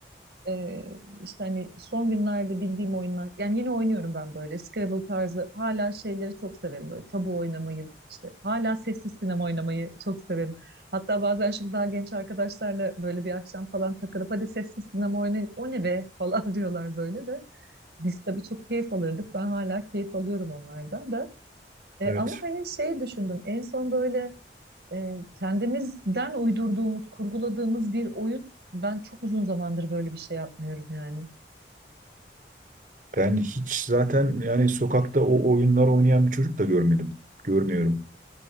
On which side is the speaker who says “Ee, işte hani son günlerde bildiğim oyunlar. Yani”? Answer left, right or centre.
Right